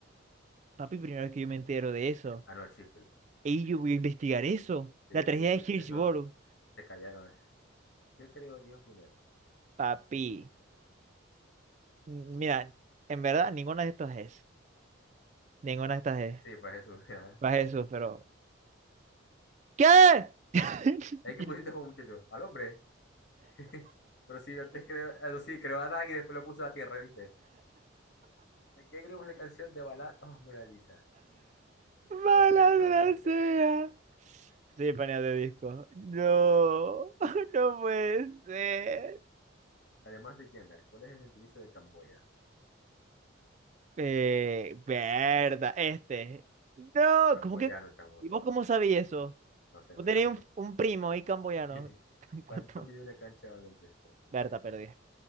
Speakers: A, on the right; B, on the left.
A: Papi, primera vez que yo me entero de eso.
B: Ah, no, Sheffield.
A: Y yo voy a investigar eso.
B: Sí,
A: La tragedia
B: sí, esos,
A: de Hillsborough.
B: esos se callaron. ¿Qué creo Dios primero?
A: Papi, mira, en verdad ninguna de estas es. Ninguna de estas es.
B: Sí, fue Jesús. ajá.
A: Va Jesús, pero. ¿Qué? <laughs>
B: <laughs> Es que pusiste como muchacho, al hombre. <laughs> Pero sí, antes creó, ah, no, sí, creó a Adán y después lo puso a la tierra, ¿viste? ¿De qué grupo es la canción de Balad oh, Mona Lisa?
A: Malandra
B: No sé, es la verdad este.
A: sea. Sí, panea de disco. No, <laughs> no puede ser.
B: Además de Jemer, ¿cuál es el gentilicio de Camboya?
A: Eh, verdad, este. No,
B: Camboyano,
A: ¿cómo que?
B: chavo.
A: ¿Y vos cómo sabías eso?
B: No sé,
A: Vos
B: me
A: tenías
B: lo imaginé.
A: un, un primo y camboyano.
B: <laughs>
A: <laughs>
B: ¿Cuánto
A: ¿Cuánto?
B: mide una cancha de baloncesto?
A: Berta, perdí.